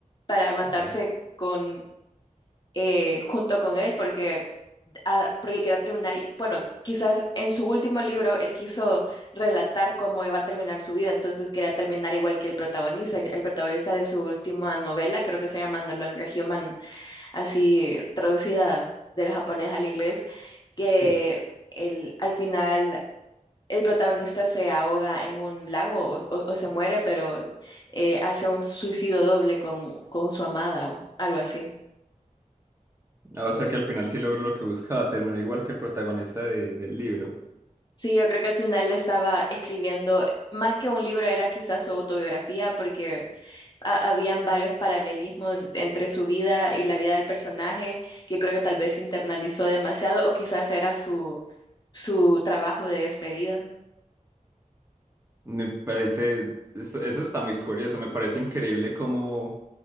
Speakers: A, on the left; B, on the right.
A: para matarse
B: Ya,
A: con eh, junto con él porque, ah, porque quería terminar, y, bueno, quizás en su último libro él quiso relatar cómo iba a terminar su vida, entonces quería terminar igual que el protagonista, el protagonista de su última novela, creo que se llama No Longer Human, así traducida del japonés al inglés, que
B: sí.
A: el, al final... El protagonista se ahoga en un lago o, o- o se muere, pero eh, hace un suicidio doble con, con su amada o algo así.
B: Ah, O sea que al final sí logró lo que buscaba. Terminó igual que el protagonista de- del libro.
A: Sí, yo creo que al final estaba escribiendo, más que un libro, era quizás su autobiografía, porque ha- habían varios paralelismos entre su vida y la vida del personaje, que creo que tal vez internalizó demasiado, o quizás era su, su trabajo de despedida.
B: Me parece, esto- eso está muy curioso, me parece increíble cómo,